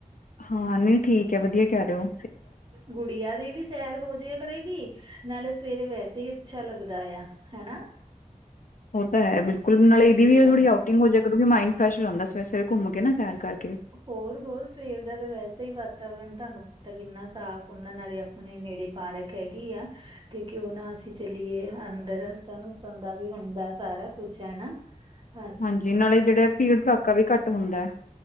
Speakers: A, on the left; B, on the right.
A: ਹਾਂ ਨਈ ਠੀਕ ਐ ਵਧੀਆ ਕੈ ਰੇ ਓ।
B: ਗੁੜੀਆਂ ਦੀ ਵੀ ਸੈਰ ਹੋ ਜੇਆ ਕਰੇਗੀ ਨਾਲੇ ਸਵੇਰੇ ਵੈਸੇ ਈ ਅੱਛਾ ਲੱਗਦਾ ਆ ਹੈਨਾ।
A: ਓ ਤਾਂ ਹੈ ਬਿਲਕੁੱਲ ਨਾਲ ਏਦੀ
B: ਇਹ
A: ਵੀ ਥੋੜੀ
B: ਆ
A: ਆਊਟਿੰਗ ਹੋ ਜਾਇਆ ਕਰੂਗੀਂ ਮਾਈੰਡ ਫਰੈਸ਼ ਹੋ ਜਾਂਦਾ ਸਵੇਰੇ-ਸਵੇਰੇ ਘੁੰਮ ਕੇ ਨਾ ਸੈਰ ਕਰਕੇ।
B: ਹੋਰ-ਹੋਰ ਸਵੇਰ ਦਾ ਤਾਂ ਵੈਸਾ ਈ ਵਾਤਾਵਰਨ ਤੁਹਾਨੂੰ ਪਤਾ ਕਿੰਨਾ ਸਾਫ਼ ਹੁੰਦਾ ਨਾਲੇ ਆ ਪਣੇ ਨੇੜੇ ਪਾਰਕ ਹੈਗੀ ਆ। ਤੇ ਕਿਉਂ ਨਾ ਅਸੀਂ ਚੱਲੀਏ ਅੰਦਰ ਸਾਨੂੰ ਸੁਣ ਦਾ ਵੀ ਹੁੰਦਾ ਸਾਰਾ ਕੁਛ ਹੈਨਾ। <inaudible>
A: ਹਾਂਜੀ ਨਾਲੇ ਜੇੜਾ ਭੀੜ ਭੜੱਕਾ ਵੀ ਘੱਟ ਹੁੰਦਾ ਐ।